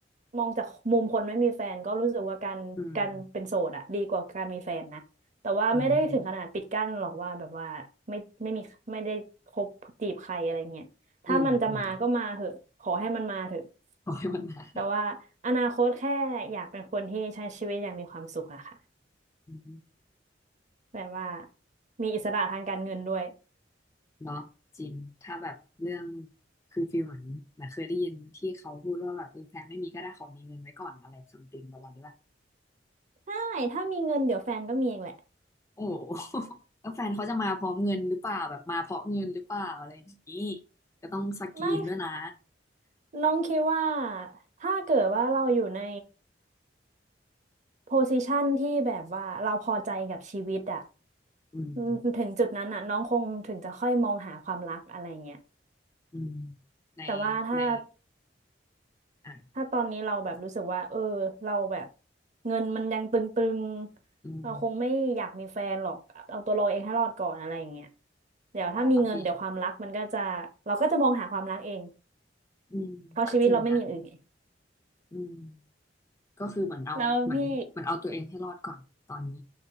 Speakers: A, on the right; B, on the left.
A: มองจากมุมคนไม่มีแฟนก็รู้สึกว่าการการเป็นโสดอะดีกว่าการมีแฟนนะแต่ว่าไม่ได้ถึงขนาดปิดกั้นหรอกว่าแบบว่าไม่ไม่มีไม่ได้คบจีบใครอะไรเงี้ยถ้ามันจะมาก็มาเถอะขอให้มันมาเถอะ
B: อืมอืมอืมอืมอืมปล่อยมันมา <laughs>
A: แต่ว่าอนาคตแค่อยากเป็นคนที่ใช้ชีวิตอย่างมีความสุขอะค่ะ
B: อืม
A: แบบว่ามีอิสระทางการเงินด้วย
B: เนาะจริงถ้าแบบเรื่องคือฟีลเหมือนเือเคยได้ยินที่เขาพูดว่าแบบเออแฟนไม่มีก็ได้ขอมีเงินไว้ก่อนอะไรซัมติงประมาณนี้ป่ะ
A: ใช่ถ้ามีเงินเดี๋ยวแฟนก็มีเองแหละ
B: โอ้ <laughs> โหแล้วแฟนเขาจะมาพร้อมเงินหรือเปล่าแบบมาเพราะเงินหรือเปล่าอะไรอย่างนี้ก็ต้องสกรีนด้วยนะ
A: ไม่น้องคิดว่าถ้าเกิดว่าเราอยู่ในโพซิชันที่แบบว่าเราพอใจกับชีวิตอะ
B: อืม
A: อืมถึงจุดนั้นอะน้องคงถึงจะค่อยมองหาความรักอะไรเงี้ย
B: อืมใน
A: แต่ว่าถ้า
B: ในอ่ะ
A: ถ้าตอนนี้เราแบบรู้สึกว่าเออเราแบบเงินมันยังตึงๆเราคงไม่อยากมีแฟนหรอกเอาตัวเราเองให้รอดก่อนอะไรเงี้ย
B: อืม
A: เดี๋ยวถ้ามีเงินเดี๋ยวความรักมันก็จะเราก็จะมองหาความรักเอง
B: ใช่บางทีอืมก็จริงนะ
A: เพราะชีวิตเราไม่มีอย่างอื่นไง
B: อืมก็คือเหมือนเอาเหมือนเหมือนเอาตัวเองให้รอดก่อนตอนนี้
A: แล้วพี่